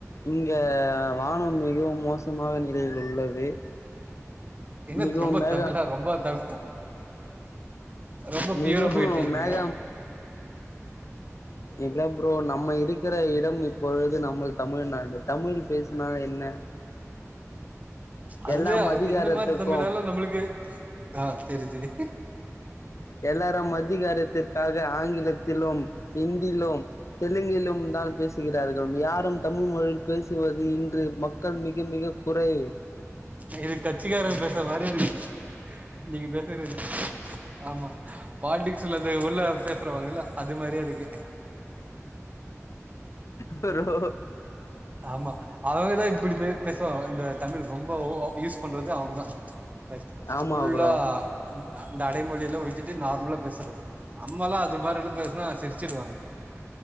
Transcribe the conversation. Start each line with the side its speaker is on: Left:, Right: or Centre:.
Left: இங்க வானம் மிகவும் மோசமாக நிலையில் உள்ளது
Right: என்ன
Left: மிகவும்
Right: த்ரொம்ப
Left: மேக
Right: தமிழா ரொம்ப த ரொம்ப ப்யூரா
Left: மிகவும்
Right: போயிட்றிக்கிங்க
Left: மேகம் இல்ல ப்ரோ நம்ம இருக்கிற இடம் இப்பொழுது நம்மள் தமிழ்நாடு தமிழ் பேசினால் என்ன
Right: அது
Left: எல்லாம் அதிகாரத்துக்கும்
Right: இந்த மாரி தமிழல்லா நம்புளுக்கு அ செரி செரி
Left: எல்லாரும் அதிகாரத்திற்காக ஆங்கிலத்திலும் இந்திலு தெலுங்கிலும் தான் பேசுகிறார்கள் யாரும் தமிழ் மொழியில் பேசுவது இன்று மக் க்கள் மிக மிக குறைவு
Right: என்க்கு கச்சி கார பேச மாறி இருக்கு நீங்க பேசுறது ஆமா பால்டிக் ஸிலது உள்ள பேசுறவாங்கல்ல அது மாரியேருக்கு
Left: பொரோ
Right: ஆமா அவுங்கதா இப்பிடி பே பேசுவாங்க இந்த தமிழ் ரொம்ப ஒ யூஸ் பண்றது அவுங்கதா மேக்கு
Left: ஆமா
Right: ஃபுல்லா
Left: ப்ரோ
Right: அந்த அடைமொழி லா விட்டுட்டு நார்மலா பேசுறது நம்ம லா அது மாரி ல்லா பேசுனா சிரிச்சிடுவாங்க